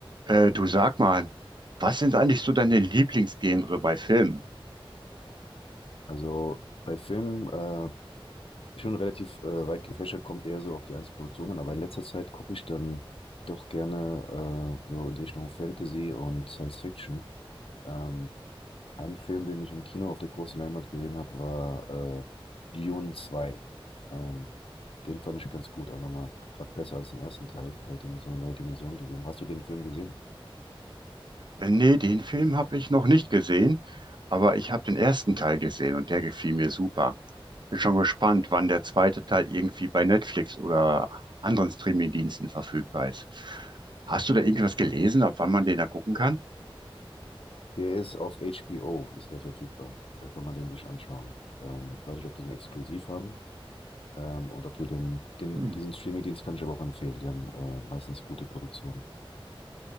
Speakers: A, on the right; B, on the left.
A: Äh, du sag mal, was sind eigentlich so deine Lieblingsgenre bei Filmen?
B: Also bei Filmen äh, schon relativ äh, weit gefächert, kommt eher so auf die einzelnen Produktion an, aber in letzter Zeit gucke ich dann doch gerne äh, so in die Richtung Fantasy und Science Fiction. Ähm, ein Film, den ich im Kino auf der großen Leinwand gesehen habe, war äh, Dune zwei. Ähm, den fand ich ganz gut, auch nochmal gerade besser als den ersten Teil. Der hat ihm so eine neue Dimension gegeben. Hast du den Film gesehen?
A: Äh, nee, den Film habe ich noch nicht gesehen, aber ich habe den ersten Teil gesehen und der gefiel mir super. Bin schon gespannt, wann der zweite Teil irgendwie bei Netflix oder anderen Streamingdiensten verfügbar ist. Hast du da irgendwas gelesen, ab wann man den da gucken kann?
B: Der ist auf HBO, ist der verfügbar. Da kann man den sich anschauen. Ähm, weiß nicht, ob die den exklusiv haben. Ähm, und dafür den, den,
A: Hm.
B: diesen Streaming-Dienst kann ich aber auch empfehlen. Die haben äh, meistens gute Produktionen.